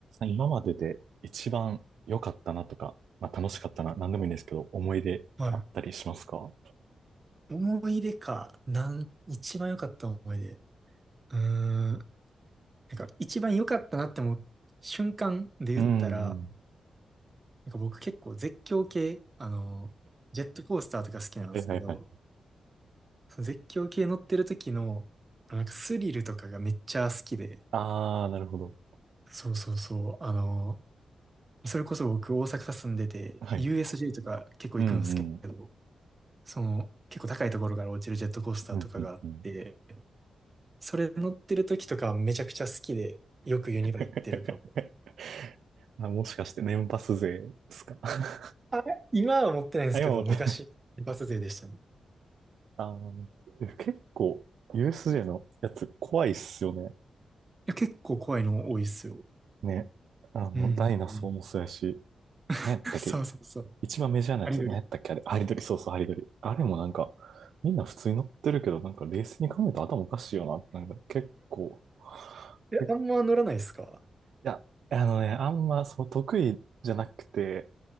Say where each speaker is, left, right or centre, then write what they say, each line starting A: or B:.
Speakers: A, on the right; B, on the right.
A: 今までで一番良かったなとか、まあ、楽しかったな、何でもいいんですけど、思い出あったりしますか
B: はい。思い出か、なん、一番良かった思い出。うーん。なんか、一番良かったなって思う瞬間で言ったら、
A: うんうん。
B: なんか僕結構絶叫系、あの、ジェットコースターとか好きなんですけど、
A: はいはいはい。
B: その絶叫系乗ってる時の、なんかスリルとかがめっちゃ好きで、
A: ああ、なるほど。
B: そうそうそう、あの、それこそ僕大阪住んでて、
A: はい。
B: USJ とか結構行くんですけど、
A: うんうん。
B: その、結構高いところから落ちるジェットコースターとかがあって、
A: うんうんうん。
B: それ乗ってる時とかめちゃくちゃ好きで、よくユニバ行ってるかも。
A: <laughs> あ、もしかして年パス勢ですか <laughs>
B: あれ今は持ってないんですけど、
A: あ、今思って。
B: 昔、一発勢でしたね。い
A: あー結構 USJ のやつ怖いっすよね。
B: や、結構怖いの多いっすよ。
A: ね。あの、
B: うんうんうん。
A: ダイナソーもそうやし、ね、
B: <laughs>
A: だっけ
B: そうそうそう。
A: 一番メジャーなやつ、
B: ハリドリ。
A: 何やったっけあれ、ハリドリ、そうそう、ハリドリ。あれもなんか、みんな普通に乗ってるけど、なんか冷静に考えたら頭おかしいよな。なんか結構、
B: え、
A: けい
B: あんま乗らないっすか
A: や、あのね、あんまその得意じゃなくて、